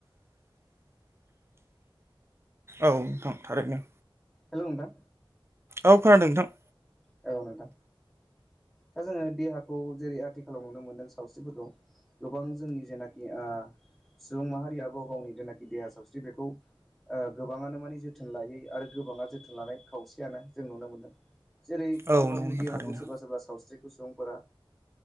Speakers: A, on the right (about 30°); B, in the centre.
A: औ नोंथां थारैनो
B: हेल' नोंथां
A: औ खोनादों नोंथां
B: औ नोंथां दा जोङो देहाखौ जेरै आथिखालाव नुनो मोनदों सावस्रिफोरखौ गोबां जोंनि जेनाखि सुबुं माहारिया गाव गावनि जेनाखि देहा सावस्रि बेखौ ओ गोबाङानो माने जोथोन लायै आरो गोबाङा जोथोन लानाय खावसेयानो जों नुनो मोनदों जेरै गाव
A: औ
B: गावनि
A: नंगौ नोंथां
B: देहाखौ
A: थारैनो
B: सोरबा सोरबा सावस्रिखौ सुबुंफोरा